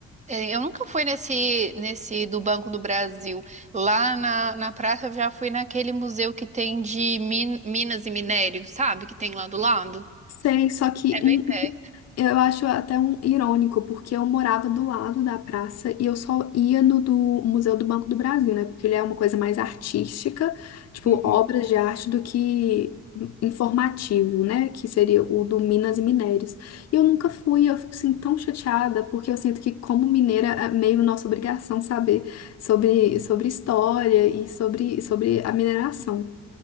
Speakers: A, on the right (about 25°); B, on the left (about 55°).
A: É, Eu nunca fui nesse, nesse do Banco do Brasil. Lá na, na praça eu já fui naquele museu que tem de min- minas e minério, sabe? Que tem lá do lado.
B: Sei, só que
A: É bem perto.
B: Eu acho até um irônico, porque eu morava do lado da praça e eu só ia no do Museu do Banco do Brasil, né? Porque ele é uma coisa mais artística, tipo
A: Uhum.
B: obras de arte do que informativo, né? Que seria o do Minas e Minérios. E eu nunca fui, eu fico assim tão chateada, porque eu sinto que como mineira é meio nossa obrigação saber sobre, sobre história e sobre, sobre a mineração.